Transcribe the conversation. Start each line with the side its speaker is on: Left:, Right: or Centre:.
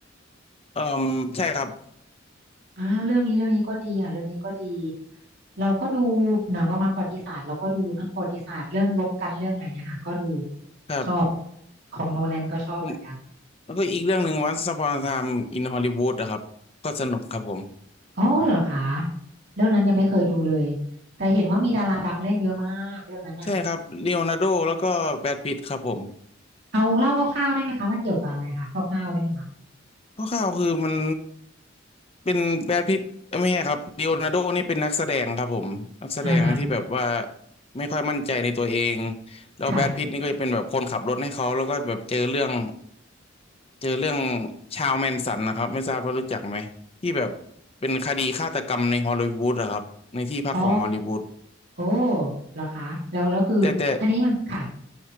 Left: เอ่มใช่ครับ
Right: อ่าเรื่องนี้เรื่องนี้ก็ดีค่ะเรื่องนี้ก็ดีเราก็ดูหนังประมาณประวัติศาสตร์เราก็ดูเนอะประวัติศาสตร์เรื่องรบกันเรื่องอะไรเงี้ยค่ะก็ดู
Left: ครับ
Right: ชอบของโนแลนก็ชอบเหมือนกัน
Left: ผมแล้วก็อีกเรื่องหนึ่งวันส Upon a Time in Hollywood อะครับก็สนุกครับผม
Right: อ๋อเหรอคะเรื่องนั้นยังไม่เคยดูเลยแต่เห็นว่ามีดาราดังเล่นเยอะมากเรื่องนั้นอะ
Left: ใช่ครับเลโอนาร์โดแล้วก็แบรดพิตต์ครับผม
Right: เอาเล่าคร่าวๆได้ไหมคะมันเกี่ยวกับอะไรคะคร่าวๆได้ไหมคะ
Left: คร่าวๆคือมันเป็นแบรดพิตต์เอ้ยไม่ใช่ครับลีโอนาร์โดนี่เป็นนักแสดงครับผมนักแสดงที่แบบว่า
Right: อ่าฮะ
Left: ไม่ค่อยมั่นใจในตัวเองแล้วแบรดพิตต์นี่ก็จะเป็นแบบคนขับรถให้เขาแล้วก็แบบเจอเรื่อง
Right: ค่ะ
Left: เจอเรื่องชาวแมนสันนะครับไม่ทราบว่ารู้จักไหมที่แบบเป็นคดีฆาตกรรมในฮอลลีวูดอะครับในที่พักของฮอลลีวูด
Right: อ๋อโอ้เหรอคะแล้วแล้วคืออันนี้มันค่ะ
Left: แต่แต่